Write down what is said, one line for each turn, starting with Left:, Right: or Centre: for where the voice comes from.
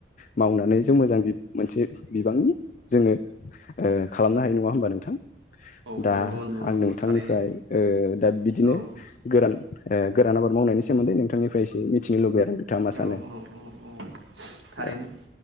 Left: मावनानै जों मोजां मोनसे बिबांनि जोङो खालामनो हायो नङा होमबा नोंथां
Right: औ
Left: दा
Right: नंगौ
Left: आं
Right: नंगौ
Left: नोंथांनिफ्राय
Right: थारैनो
Left: ओ दा बिदिनो
Right: औ
Left: गोरान गोरान आबाद मावनायनि सोमोन्दै नोंथांनिफ्राय इसे मिथिनो लुबैयो आरो नोंथाङा मा सानो
Right: औ-औ-औ-औ थारैनो
Left: औ